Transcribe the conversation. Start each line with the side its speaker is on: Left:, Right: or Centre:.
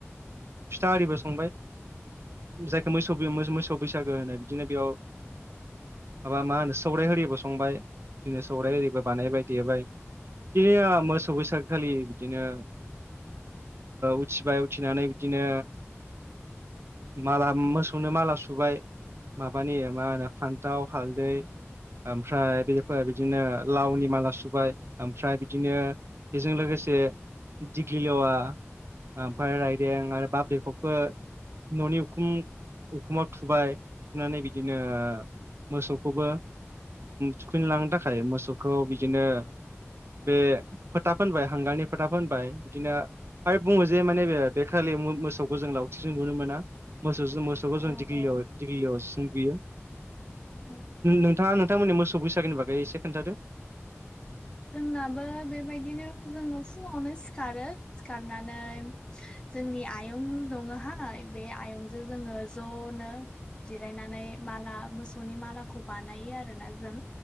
Right: फिथा आरिबो संबाय जायखौ
Left: औ
Right: मोसौ मोसौ बैसागु लोगो होनो बिदिनो बेयाव माबा मा होनो सौराइ ओरिबो संबाय बिदिनो सौराय
Left: औ
Right: एरिबो बानायबाय देबाय बिदिनो मोसौ बैसागोखालि बिदिनो उथिबाय उथिनानै बिदिनो माला मोसौनो माला सुबाय माबानि मा होनो फान्थाव हालदै ओमफ्राय बेफोर बिदिनो लावनि माला सुबाय ओमफ्राय बिदिनो बेजों लोगोसे दिग्लिलेवा ओमफ्राय रायदों आरो बाबलिकबो न'नि उखुम उखुमाव थुबाय थुनानै बिदिनो मोसौखौबो थुखैनलांनो थाखाय मोसौखौ बिदिनो बे फोथा फोनबाय हांगारनि फोथा फोनबाय बिदिनो ओमफ्राय बुङो जे माने बे बेखालि मोसौखौ जों लावथिजों बुनो मोना मोसौ मोसौखौ
Left: औ
Right: जों दिग्लीयाव
Left: औ
Right: दिग्लीलेवाजों बुयो
Left: औ
Right: नोंथाङा नोंथांमोननि मोसौ गैसागोननि बागै एसे खोन्थादो
Left: जोंनाबो बेबायदिनो जोङो फुङावनो सिखारो सिखारनानै जोंनि आयं दङहाय बे आयंजों जोङो ज'नो जिरायनानै माला मोसौनि मालाखौ बानायो आरोना जों